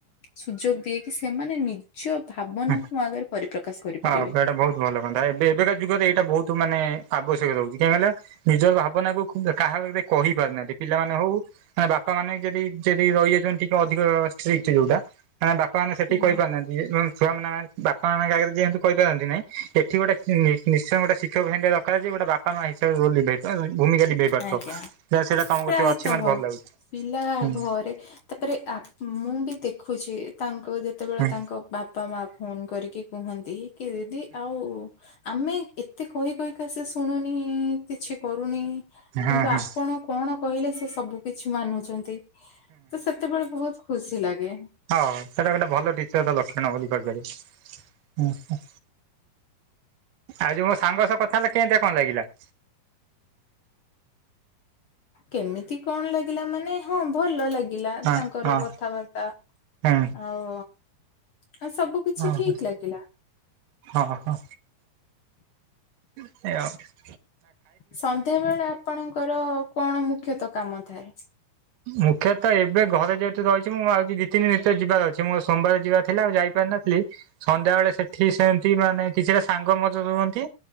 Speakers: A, on the left; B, on the right.
A: ସୁଯୋଗ ଦିଏ କି ସେମାନେ ନି ଜ ଭାବନାକୁ
B: ହଁ।
A: ମୋ ଆଗରେ ପରିପ୍ରକାଶ କରିପାରିବେ।
B: ହଁ ଏଟା ବୋହୁତ ଭଲ କନ୍ତା ଏବେ ଏବେକା ଯୁଗରେ ଏଇଟା ବୋହୁତ ମାନେ ଆବଶ୍ୟକ ରୋହୁଛି <unintelligible> ନିଜର ଭାବନା କୁ କାହାକୁ <unintelligible> କହି ପାରୁନାହାନ୍ତି ପିଲାମାନେ ହୋଉ ମାନେ ବାପା ମାନେ ଯଦି ଯଦି ରହିଯାଉଚନ୍ତି ଟିକେ ଅଧିକ ଷ୍ଟ୍ରିକ୍ଟୀ ଯୋଉଡ଼ା। <unintelligible> ବାପା ମାନେ ସେତିକି
A: ହୁଁ,
B: କହିପାରୁନାହାନ୍ତି <unintelligible> ଛୁଆ ମାନେ ମାନ୍ ବାପାମାନଙ୍କ ଆଗରେ ଯିଏ ଏନ୍ତି କହିପାରନ୍ତି ନାହିଁ ଏଠି ଗୋଟେ ନି ନିଶ୍ଚୟ ଗୋଟେ ଶିକ୍ଷକ ହେନ୍ତିଆ ଦରକାର ଯେ ଗୋଟେ ବା ବାପା ମାଆ ହିସାବରେ <unintelligible> <unintelligible> ଭୂମିକା ଲିଭେଇ ପାରୁଥୁବ
A: ଆଜ୍ଞା
B: ଯାହା ହୋଉ ସେଇଡ଼ା ତମ
A: ପ୍ରାୟତଃ
B: କତିରେ ଅଛି ମାନେ ଭଲ ଲାଗୁଛି ହୁଁ।
A: ପିଲା ଘରେ ତାପରେ ଆ ମୁଁ ବି ଦେଖୁଛି ତାଙ୍କୁ ଯେତେବେଳେ
B: ହୁଁ ହୁଁ
A: ତାଙ୍କ ବାପା ମା ଫୋନ୍ କରିକି କୁହନ୍ତି କି ଦିଦି ଆଉ ଆମେ ଏତେ କହି କହିକା ସେ ଶୁଣୁନି କିଛି କରୁନି
B: ହୁଁ ହୁଁ
A: କିନ୍ତୁ ଆପଣ କଣ କହିଲେ ସେ ସବୁ କିଛି ମାନୁଛନ୍ତି ତ ସେତେବେଳେ ବୋହୁତ ଖୁସି ଲାଗେ।
B: ହଉ ସେଇଟା ଗୋଟେ ଭଲ ଟିଚର ଲକ୍ଷଣ ବୋଲି କହିପାରିବେ ହୁଁ। ଆଉ ଯୋଉ ମୋ ସାଙ୍ଗ ସହ କଥା ହେଲେ କେମିତିଆ କଣ ଲାଗିଲା?
A: କେମିତି କଣ ଲାଗିଲା ମାନେ ହଁ ଭଲ ଲାଗି ଗିଲା
B: ହଁ
A: ତାଙ୍କର
B: ହଁ
A: କଥାବାର୍ତ୍ତା
B: ହୁଁ
A: ଆଉ ହଁ ସବୁ କିଛି
B: ଅହଁ
A: ଠିକ ଲାଗିଲା
B: ଅହଁ <unintelligible>
A: ସନ୍ଧ୍ୟା ବେଳେ ଆପଣଙ୍କର କଣ ମୁଖ୍ୟତଃ କାମ ଥାଏ?
B: ମୁଖ୍ୟତଃ ଏବେ ଘରେ ଯେହେତୁ ରହିଛି ମୁଁ <unintelligible> ଦି ତିନି ଭିତରେ ଯିବାର ଅଛି ମୋର ସୋମବାର ଯିବା ଥିଲା ଆଉ ଯାଇପାରିନଥିଲି ସନ୍ଧ୍ୟାବୋଳେ ସେଠି ସେନ୍ତି ମାନେ କିଛିଟା ସାଙ୍ଗ ମୋ ସହ ରୁହନ୍ତି।